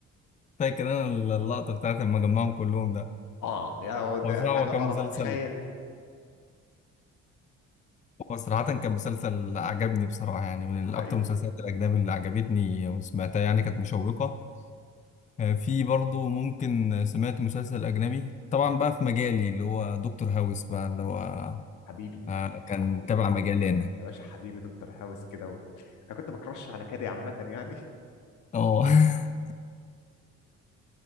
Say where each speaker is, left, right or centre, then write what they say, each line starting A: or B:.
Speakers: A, on the left; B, on the left.
A: فاكر أنا اللقطة بتاعت لما جمعهم كلهم ده
B: اه يا هو ده
A: هو صراحة
B: حاجة
A: هو
B: قرف
A: كان مسلسل
B: تخيل
A: هو صراحة كان مسلسل عجبني بصراحة يعني من
B: حقيقي
A: أكتر المسلسلات الأجنبي اللي عجبتني وسمعتها يعني كانت مشوقة آه، في برضه ممكن سمعت مسلسل أجنبي طبعا بقى في مجالي اللي هو دكتور هاوس بقى اللي هو
B: حبيبي
A: آه، كان
B: يا لهوي
A: تبع مجالي أنا
B: يا باشا حبيبي دكتور هاوس كده و... انا كنت بكرش على كادي عامة يعني
A: اه <laughs>